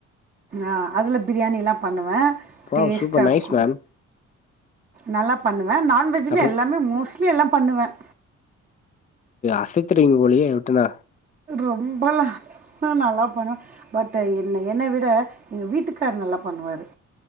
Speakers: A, on the right; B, on the left.
A: ஆ அதுல பிரியாணி எல்லா
B: வாவ்
A: டேஸ்ட்டா
B: சூப்பர்
A: இருக்கு
B: நைஸ் மேம்
A: நல்லா பண்ணுவே நான்வெஜ்லயும்
B: அப்ப
A: எல்லாமே மோஸ்ட்லி எல்லா பண்ணுவேன்
B: அசத்துரிங்க போலியே விட்டுர்ந்த
A: ரொம்பல்லா நல்லா பண்ணுவேன் பட் என்ன என்ன விட எங்க வீட்டுக்கார் நல்லா பண்ணுவரு